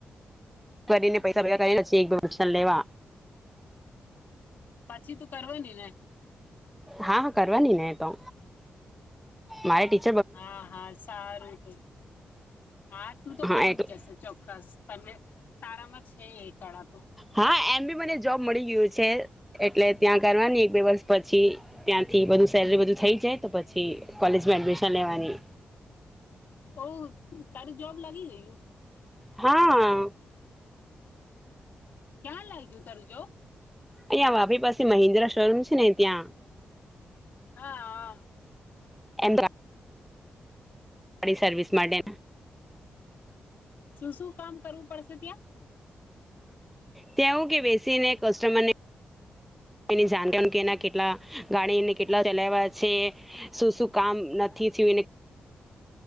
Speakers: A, in the centre; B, on the left.
A: કરીને પૈસા ભેગા કરી એકસન લેવા
B: પછી તું કરવા ની ને
A: હા હા કરવાની ને તો મારે ટી
B: હા હા સારું તું હા તું તો
A: હા
B: બની
A: એટલે
B: જ જશે ચોક્કસ તને તારામાં છે એ કળા તો
A: હા એમ બી મને જોબ મળી ગિયું છે એટલે ત્યાં કરવાની એક બે વરસ પછી ત્યાંથી બધું સેલરી બધું થઈ જાય તો પછી કોલેજમાં એડમિશન લેવાની
B: ઓ તારું જોબ <inaudible>
A: હા
B: ક્યાં લાગ્યું તરું જોબ
A: અહીં આપણી પાસે મિન્દ્રા શોરૂમ છે ને ત્યાં
B: હા હ
A: <unintelligible> ગાડી સર્વિસ માટે
B: શું શું કામ કરવું પડશે ત્યાં
A: ત્યાં હું કે બેસીને કસ્ટમરનેણ કે એને જાન વાનું અને કેટલા ગાડીને કેટલા ચલાવા છે શું શું કામ નથી થિયું